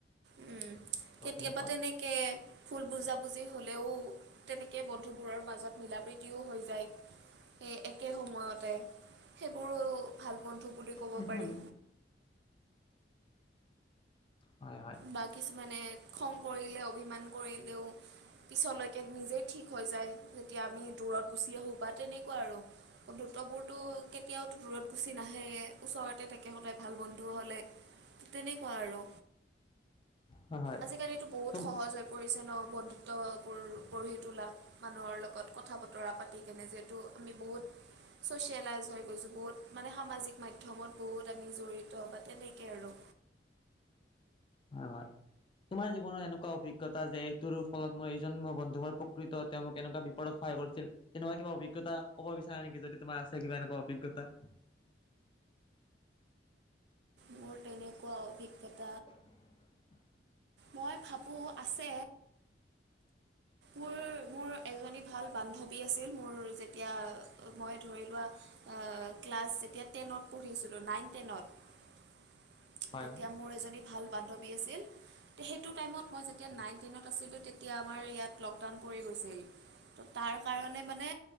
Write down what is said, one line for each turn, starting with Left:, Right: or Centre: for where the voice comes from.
Right: উম
Left: ত'
Right: কেতিয়াবা
Left: তেনেকুৱা।
Right: তেনেকে ভুল বুজা বুজি। হলেও তেনেকে বন্ধুবোৰৰ মাজত মিল প্ৰীতিও হৈ যায় স একে সময়তে সেইবোৰো ভাল। বন্ধু বুলি ক'ব
Left: সেইটো
Right: পাৰি।
Left: বেলেগ। হয় হয়
Right: বা, কিছুমানে। খং কৰিলে অভিমান কৰিলেও পিছলৈকে নিজেই ঠিক হৈ যায় যেতিয়া আমি দূৰত গুচি আহো বা তেনেকুৱা আৰু অ দুতবোৰতো কেতিয়াওদূৰত গুচি নাহে ওচৰতে থাকে সদায়। ভাল বন্ধু হ'লে। তেনেকুৱা আৰু।
Left: হয় হয়
Right: আজিকালিটো বহুত
Left: তুম
Right: সহজ হৈ পৰিছে। বন্ধুত্ববোৰ গঢ়ি তোলাত মানুহৰ লগত কথা বতৰা পাতি কেনে যিহেতু আমি বহুত ছচিয়েলাইজ হৈ গৈছো বহুত মানে সামাজিক মাধ্য়মত বহুত আমি জড়িত বা তেনেকে আৰু।
Left: হয় হয় তোমাৰ জীৱনৰ এনেকুৱা অভিজ্ঞতা যে এইটোৰ ফলত মই এইজন ম বন্ধু প্ৰকৃত তেওঁ মোক এনেকুৱা বিপদত সহায় কৰিছিল তেনেকুৱা কিবা অভিজ্ঞতা কব বিচাৰে নেকি যদি তোমাৰ আছে কিবা এনেকুৱা অভিজ্ঞতা।
Right: মোৰ তেনেকুৱা অভিজ্ঞতা।
Left: <inaudible>
Right: মই ভাবো আছে মোৰ মোৰ এজনী ভাল বান্ধৱী আছিল মোৰ যেতিয়া মই ধৰি লোৱা ক্লাছ যেতিয়া টেনত পঢ়ি আছিলো নাইন, টেনত। ‍
Left: হয়
Right: তেতিয়া
Left: হয় হয়।
Right: মোৰ এজনী ভাল বান্ধৱী আছিল। সেইটো টাইমত মই যেতিয়া নাইন টেনত আছিলোঁ, তেতিয়া আমাৰ ইয়াত লকডাউন পৰি গৈছিল ত' তাৰ কাৰণে মানে